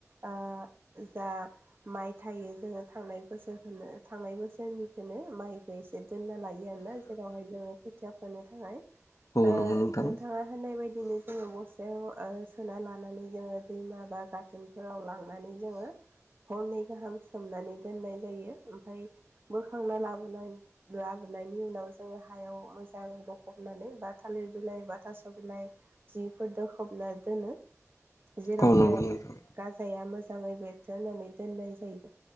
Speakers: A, on the right (about 40°); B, on the left (about 70°).
A: ओ जा माइ थायो जोङो थांनाय बोसोरखौनो थांनाय बोसोरनिखौनो माइखौ एसे दोनना लायो आरोना जेरावहाय जोङो खोथिया फोनो थाखाय ओ
B: औ नंगौ नोंथां
A: नोंथाङा होननाय बायदिनो जोङो बस ओ ओ सोना लानानै जोङो दैमा बा गाथोनफोराव लांनानै जोङो हरनै गाहाम सोमनानै दोननाय जायो ओमफ्राय बोखांना लाबोन लाबोनाय बेनि उनाव जोङो हायाव मोजाङै बफबनानै बा थालिर बिलाइ बा थास' बिलाइ जि दोखबना दोनो जेरावहाय
B: औ नंगौ नोंथां
A: गाजाया मोजाङै बेरथो होननानै दोननाय जायो।